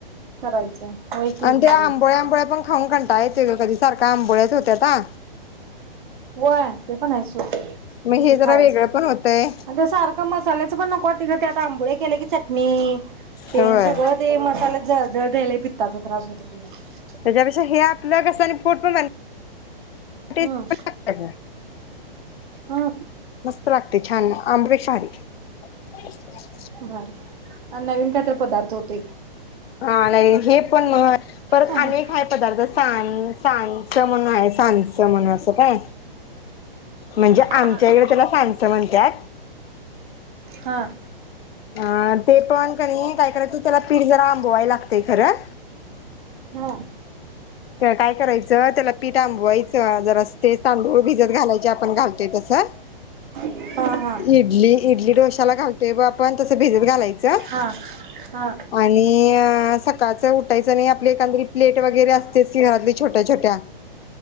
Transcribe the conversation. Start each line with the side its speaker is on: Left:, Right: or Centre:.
Right: करायचं होय की
Left: आणि
Right: भारी
Left: ते आंबोळ्या, आंबोळ्या पण खाऊन कंटाळा ये सारख्या आंबोळ्याच होत्यात आ
Right: होय ते पण आहेच.
Left: मग
Right: किती
Left: हे जरा
Right: खायच
Left: वेगळं पण होतंय
Right: ते सारखं मसाल्याचं पण नको वाटतंय ग त्यात आंबोळ्या केले की चटणी ते
Left: होय
Right: सगळं ते मसाल्या जळजळतय लई पित्ताचा त्रास होतोय बाई मला
Left: त्याच्यापेक्षा हे आपलं कस आणि पोट पण <unintelligible> लागतं
Right: हम्म
Left: ग,
Right: हम्म
Left: मस्त लागते छान आंबे शहारी <unintelligible>
Right: भारी आणि नवीन काय तरी? पदार्थ होते
Left: हा नाही हे पण परत
Right: हम्म
Left: अनेक आहे पदार्थ सां सांचं म्हणून आहे सांच म्हण असं काय म्हणजे
Right: हा
Left: आमच्या
Right: हा
Left: इकडे त्याला सांच म्हणतायात
Right: हां
Left: आ ते पण कणी काय करायचं त्याला पिट जरा आंबोवाय लागतय खरं
Right: हा
Left: काय करायचं त्याला पीठ आंबवायचं जर ते तांदूळ भिजत घालायचे आपण घालतोय तसं
Right: हा हा
Left: इडली-इडली, डोशला घालतोय ब आपण तसं भिजत घालाय चा
Right: हा हा
Left: आणि सकाळच उ कायच आणि आपली एकांदरी प्लेट वगैरे अस. तेच की घरातली छोट्या-छोट्या